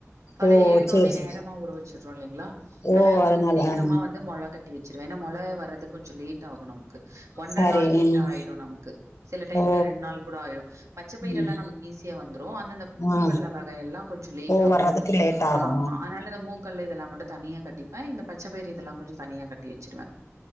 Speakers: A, on the right; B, on the left.
A: காலையில
B: ஓ
A: எழுந்தோன
B: சேரி
A: நேரமா
B: சேரி
A: ஊற வச்சுருவோ இல்லைங்களா அதனால
B: ஓ
A: கொஞ்ச சீக்கிரமா
B: ஆ
A: வந்து மொள கட் டி வச்சுருவே ஏன்னா மொல வர்றது கொஞ்ச லேட் ஆகு நமக்கு ஒன்றரை
B: சரி
A: நாள் கிட்ட
B: ம்
A: ஆயிடும் நமக்கு சில டைம்ல
B: ஓ
A: ரெண்டு நாள் கூட ஆயிடும் பச்சை பயிரெல்லாம்
B: ம்
A: நமக்கு ஈஸியா வந்துரும் ஆனா இந்த மூக்கள்
B: ஆ
A: வகையெல்லாம் கொஞ்சம் லேட்
B: ஓ
A: ஆகும்
B: வர்றதுக்கு லேட் ஆகு
A: ஆமா அதனால இந்த மு முக்கல் இதல்லாம் மட்டும் தனியா கட்டிப்பேன் இந்த பச்ச பயிற இதல்லா கொஞ்சம் தனியா கட்டி வச்சுடுவேன்